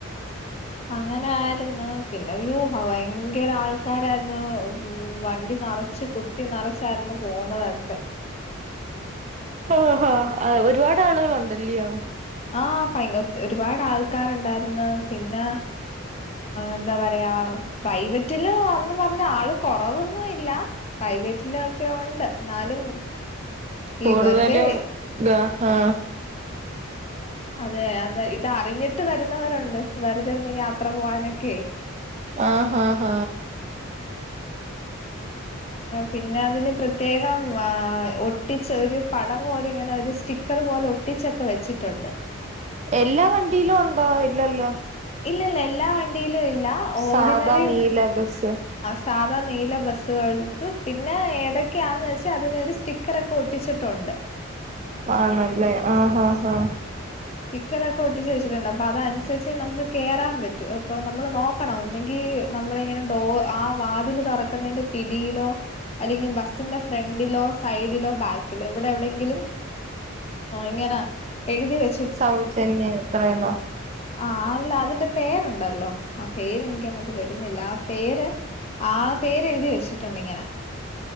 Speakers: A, on the left; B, on the right.
A: അങ്ങനെ ആയിരുന്നു പിന്നെ വ്യൂ ഹവായ് ഭയങ്കര ആൾക്കാരായിരുന്നു വണ്ടി നറച്ചു കുത്തി നറച്ചായിരുന്നു പോവുന്നതൊക്കെ ന്നതൊക്കെ
B: ആ ഹാ ഒരുപാ ട് ആളുകളുണ്ടല്ലയോ
A: ആ ഭയ ഒരുപാട് ആൾക്കാരുണ്ടാരിന്ന് പിന്നെ എന്താ പറയാ പ്രൈവറ്റിലെന്ന് പറഞ്ഞ് ആള് കുറവൊന്നുയില്ല പ്രൈവറ്റിലൊക്കെ ഉണ്ട് എന്നാലും
B: കൂടുതലും
A: ഈ വെറുതെ
B: ഗ ആ
A: അതെ അതെ ഇത് അറിഞ്ഞിട്ട് വരുന്നവരുണ്ട് വെറുതെ ഒന്ന് യാത്ര പോകാനൊക്കെ
B: ആ ഹ ഹ
A: പിന്നെ അതിന് പ്രത്യേകം ആ ഒട്ടിച്ച ഒരു പടം പോലെ ഇങ്ങനെ ഒരു സ്റ്റിക്കർ പോലെ ഒട്ടിച്ചൊക്കെ വെച്ചിട്ടുണ്ട്
B: എല്ലാ വണ്ടിയിലും ഉണ്ടോ ഇല്ലല്ലോ
A: ഇല്ലല്ല എല്ലാ വണ്ടിയിലുംഇല്ല ഓഡിനറി
B: സാധാ നീല ബസ്
A: സാധാ നീല ബസ്സുകൾക്ക് പിന്നെ ഏതൊക്കെയാന്ന് വെച്ചാ അതിനൊരു സ്റ്റിക്കറോക്കെ ഒട്ടിച്ചിട്ടുണ്ട്
B: ആ നല്ലേ ആ ഹാ ഹാ
A: സ്റ്റിക്കറോക്കെ ഒട്ടിച്ച് വെച്ചിട്ടുണ്ട് അപ്പൊ അതനുസരിച്ച് നമുക്ക് കേറാൻ പറ്റൂ അപ്പൊ നമ്മള് നോക്കണം ഒന്നെങ്കി നമ്മള് ഇങ്ങനെ ഡോ ആ വാതില് തുറക്കുന്നതിന്റെ പിടിയിലോ അല്ലെങ്കിൽ ബസിന്റെ ഫ്രണ്ടിലോ സൈഡിലോ ബാക്കിലോ ഇവിടെ എവിടെങ്കിലും ങ്ങനെ എടുത്ത് വേ
B: സൗജന്യ എത്രയല്ലോ
A: ആഹ് അല്ല അതിന്റെ പേരുണ്ടല്ലോ ആ പേര് എനിക്കങ്ങോട്ട് വരുന്നില്ല ആ പേര് ആ പേരെഴുതി വെച്ചിട്ടുണ്ട് ഇങ്ങനെ